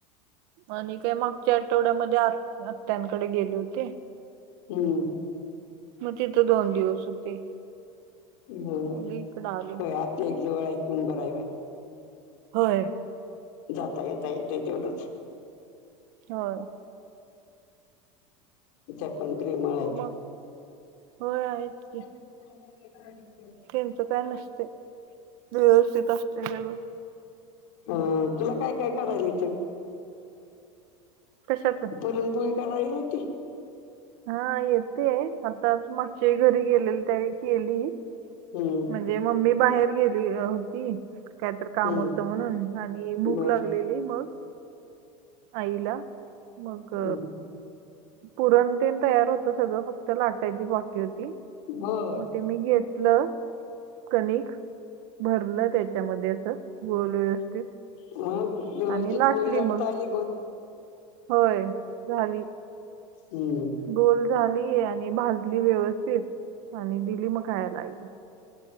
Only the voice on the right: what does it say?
आणि काय मागच्या आठवड्यामध्ये आ आत्यांकडे गेले होते.
मग तिथं दोन दिवस होते.
मग इकडं आलो
होय.
हो.
मग मग होय आहेत.
त्यांच काय नसते, व्यवस्थित असते सगळ.
कशाच
हा येते आताच मागच्या वेळी घरी गेलेले त्यावेळी केली
म्हणजे मम्मी बाहेर गेली होती. काहीतरी काम
होतं म्हणून आणि भूक
लागलेली मग आईला मग
पुरणतेन तयार होतं सगळं फक्त लाटायची बाकी होती
मग ते मी घेतलं कणिक भरलं त्याच्यामध्ये असं गोल व्यवस्थित
आणि लाटली
मग
होय झाली.
गोल झाली आणि भाजली व्यवस्थित आणि दिली मग खायला एक.